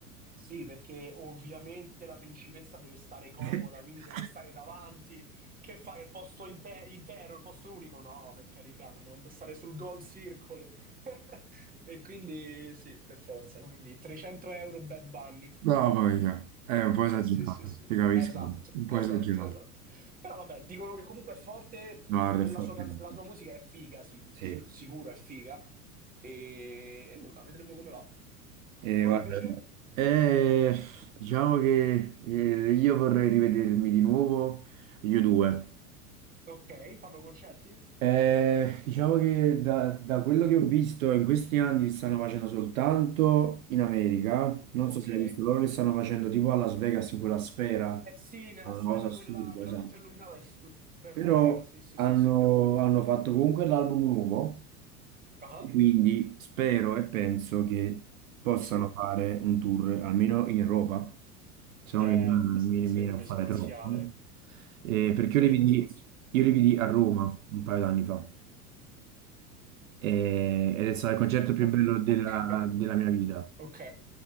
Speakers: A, on the right; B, on the right.
A: Sì, perché ovviamente la principessa deve stare comoda,
B: <laughs>
A: quindi deve stare davanti. Che fai? Il posto inte- intero, il posto unico? No, per carità, dobbiamo stare sul goal circle. <laughs> E quindi sì, per forza. Quindi 300 euro Bad Bunny.
B: No, voglia. È un po'
A: Eh
B: esagerato,
A: sì, sì, sì.
B: ti capisco.
A: Esatto,
B: Un po'
A: esatto,
B: esagerato.
A: esatto. Però vabbè, dicono che comunque è forte, mh,
B: No, guarda, è forte.
A: la sua, canz-
B: guarda.
A: la sua musica è figa, sì,
B: Sì.
A: c- sicuro è figa. E, e nulla, vedremo come va.
B: Eh,
A: Tu
B: guarda.
A: invece?
B: Eh, diciamo che eh, io vorrei rivedermi di nuovo gli U2.
A: Ok, fanno concerti?
B: Eh, diciamo che da, da quello che ho visto in questi anni li stanno facendo soltanto in America. Non
A: Ok.
B: so se l'hai visto, loro li stanno facendo tipo a Las Vegas in quella sfera.
A: Eh sì, nella
B: È Una
A: sfera
B: cosa assurda,
A: quella, quella
B: esatto.
A: tutta illuminata è stupenda.
B: Però
A: Sì, sì,
B: hanno,
A: sì, sì, ho capito.
B: hanno fatto comunque l'album nuovo
A: Ah,
B: e quindi spero e penso che possano
A: sì.
B: fare un tour almeno in Europa, se no
A: Eh,
B: mi mi-
A: sarebbe
B: mi viene a fare
A: spaziale.
B: troppo. Eh, perché
A: Sarebbe
B: io li vidi,
A: spaziale.
B: io li vidi a Roma un paio d'anni fa. E- ed è stato il concerto più
A: O-
B: bello della,
A: Ok,
B: della mia vita,
A: ok.